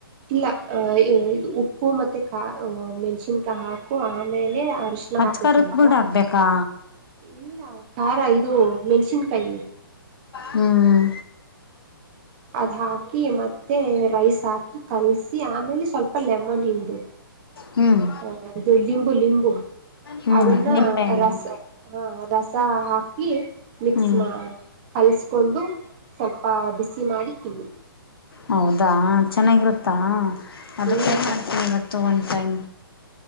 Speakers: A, on the right; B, on the left.
A: ಇಲ್ಲ ಅ ಇ ಇದು ಉಪ್ಪು ಮತ್ತೆ ಕಾ ಮೆಣ್ಸಿನ್ಕಾಯಿ ಹಾಕು ಆಮೇಲೆ ಅರಶಣ
B: ಅಚ್ಕರತ್
A: ಹಾಕು ಸ್ವಲ್ಪ
B: ಬಿಡ್ ಹಾಕ್ಬೇಕಾ
A: ಇಲ್ಲ ಖಾರ ಇದು ಮೆಣಸಿನ್ಕಾಯಿ
B: ಹ್ಮ್
A: ಅದ್ ಹಾಕಿ ಮತ್ತೆ ರೈಸ್ ಹಾಕಿ ಕಲಸಿ ಆಮೇಲೆ ಸ್ವಲ್ಪ ಲೆಮನ್ ಹಿಂಡು
B: ಹ್ಮ್
A: ಹ ಇದು ಲಿಂಬು ಲಿಂಬು
B: ಹ್ಮ್
A: ಅದನ್ನ
B: ನಿಂಬೆಹಣ್ಣು
A: ರಸ ಹಾ ರಸ ಹಾಕ್ ಈ ಮಿಕ್ಸ್
B: ಹ್ಮ್
A: ಮಾ ಕಲ್ಸ್ ಕೊಂಡು ಸ್ವಲ್ಪ ಬಿಸಿ ಮಾಡಿ ತಿನ್ನಿ
B: ಹೌದಾ ಚೆನ್ನಾಗಿರುತ್ತಾ ಅದಕ್ಕೆ
A: ಹ್ಮ್
B: ಏನ್ ಮಾಡ್ತೀನಿ ಇವತ್ತು ಒನ್ ಟೈಮ್